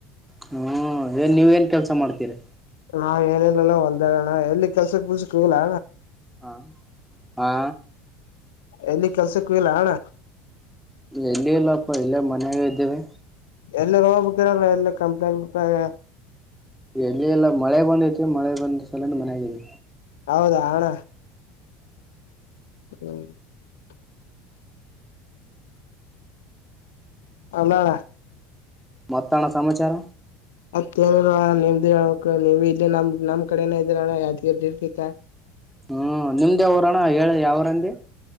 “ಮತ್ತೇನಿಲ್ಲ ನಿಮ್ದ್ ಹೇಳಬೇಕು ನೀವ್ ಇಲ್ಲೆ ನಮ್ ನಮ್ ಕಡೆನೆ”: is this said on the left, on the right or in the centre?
Left